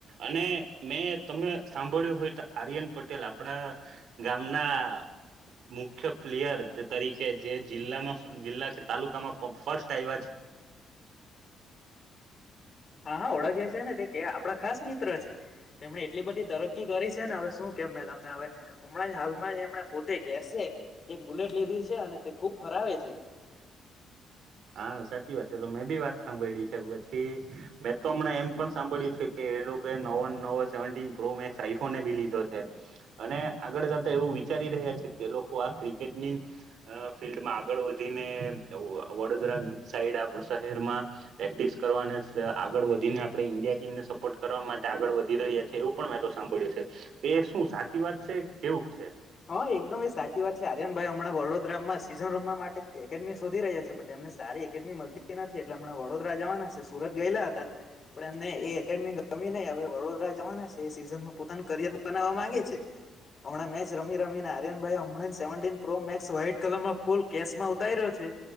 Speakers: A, on the right; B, on the left.
A: અને મેં, તમે સાંભળ્યું હોય, તો આર્યન પટેલ
B: ગામના
A: આપણા ગામના મુખ્ય પ્લેયર, તરીકે જે જિલ્લામાં જિલ્લા તાલુકામાં ફર્સ્ટ આવ
B: હા, હા ઓળખયા છેને, તે આપડા ખાસ મિત તે જ તેમણે એટલી બધી તરકી કરી છેને, હવે, શું કેમ મે તમને હવે હમણાં જ, હાલમાં જ હમણાં, પોતે કેસે એક બુલેટ લીધી છે, અને તે ખુબ ફરાવે છે.
A: હા, સાચી વાત તો મેં બી વાત સાંભળી છે, પછી મેં તો હમણાં એમ પણ સાંભળ્યું છે, કે નવો ન નવો સેવનટી પ્રો મેક્સ આઈફોનને ભી લીધો છે, અને આગળ જતા એવું વિચારી રહ્યા છે, કે આ ક્રિકેટની
B: છે.
A: ફિલ્ડમાં આગળ વધીને અ વ સાઈડ આપ શહેરમાં પ્રેક્ટિસ કરવા અને આગળ વધીને, આપણે ઇન્ડિયા ટીમને સપોર્ટ કરવા માટે આગળ વધી રહ્યા છે, એવું પણ મેં તો સાંભળ્યું છે, તો એ શું સાચી વાત છે, કેવું છે
B: હા, એકદમ એ સાચી વાત છે, આર્યન ભાઈ હમણા વડોદરામાં સિઝન રમવા માટે એકેડમી શોધી રહ્યા છે, પણ એમને સારી મળ નથી, એટલેમણા વડોદરા જવાના છ, સુરત ગયેલા હતા, પણ એમને એ એકેડમી ગમી નહી, હવે વડોદરા જવાના છે, એ સીઝનમાં પોતાના કરિયર બનાવવા માંગે છે, હમણાં મેચ રમી રમ આર્યન ભાઈ, હમણાં seventeen pro max white colour માં ફૂલ કેમાં ઉતારી રહ્યો છે.